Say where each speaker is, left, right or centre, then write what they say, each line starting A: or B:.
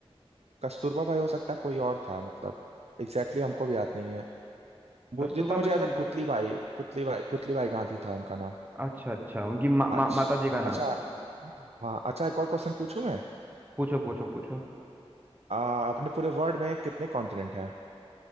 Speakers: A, on the right; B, on the right.
A: कस्तूरबा भाई हो सकता है कोई और था मतलब एग्जैक्टली exactly हमको भी याद नहीं है वो
B: कस्तूरबा
A: जितना मुझे
B: मैं
A: याद
B: सुन
A: है पुतली बाई पुतली बाई पुतली बाई गांधी था उनका नाम
B: अच्छा अच्छा उनकी मा, मा,
A: अच्छा
B: माता जी का नाम
A: अच्छा हाँ अच्छा एक और क्वेश्चन पूछूं मैं
B: पूछो पूछो पूछो
A: आ, अपने पूरे वर्ल्ड में कितने कॉन्टिनेंट हैं